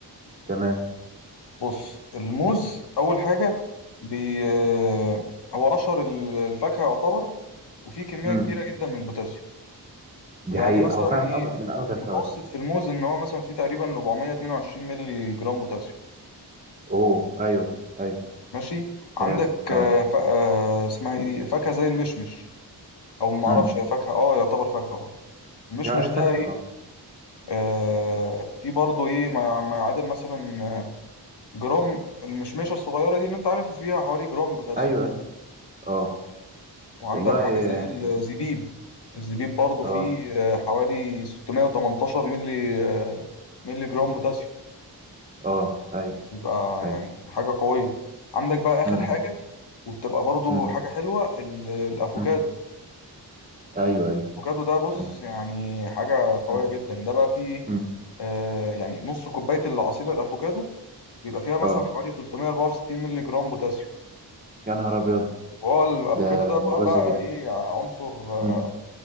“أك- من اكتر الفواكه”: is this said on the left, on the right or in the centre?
Right